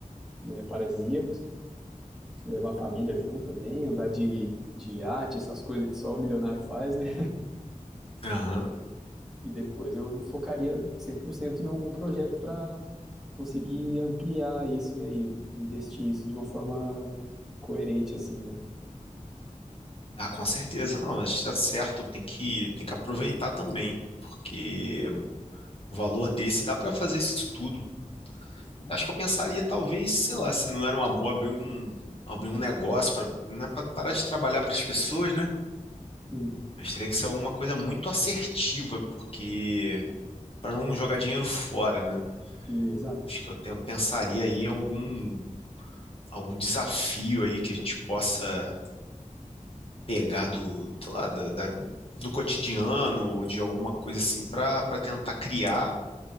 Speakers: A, in the centre; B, on the left.
A: né, paradisíacos, levar a família junto também, andar de, de iate, essas coisas que só o milionário faz, né?
B: aham.
A: E depois eu focaria 100% em algum projeto para conseguir ampliar isso, né, e investir isso de uma forma coerente assim, né?
B: Ah, com certeza, não, mas tá certo, tem que, tem que aproveitar também, porque o valor desse dá pra fazer isso tudo. Acho que eu pensaria, talvez, sei lá, se não era uma boa abrir um, abrir um negócio para, né, para parar de trabalhar para as pessoas, né?
A: Sim,
B: Mas teria que ser alguma coisa muito assertiva, porque para não jogar dinheiro fora, né?
A: sim, exato,
B: Acho que eu tenho- pensaria aí em algum, algum desafio aí que a gente possa pegar do, do, lá, da- da- do cotidiano, ou de alguma coisa assim, para para tentar criar.